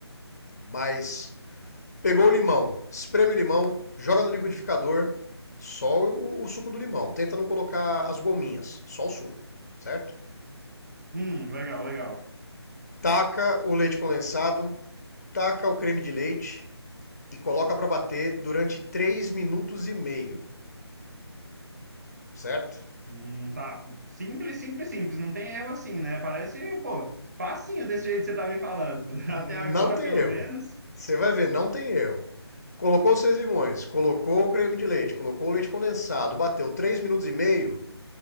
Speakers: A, on the left; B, on the right.
A: Mas Pegou o limão, espreme o limão, joga no liquidificador, só o, o suco do limão. Tenta não colocar as gominhas, só o suco, certo?
B: Hum, legal, legal.
A: Taca o leite condensado, taca o creme de leite e coloca para bater durante 3 minutos e meio, certo?
B: Hum, tá. Simples, simples, simples. Não tem erro assim, né? Parece, pô, facinho desse jeito que você tá me falando. <laughs>
A: Não
B: Até agora,
A: tem
B: pelo
A: erro.
B: menos.
A: Você vai ver, não tem erro. Colocou os seis limões, colocou o creme de leite, colocou o leite condensado, bateu 3 minutos e meio,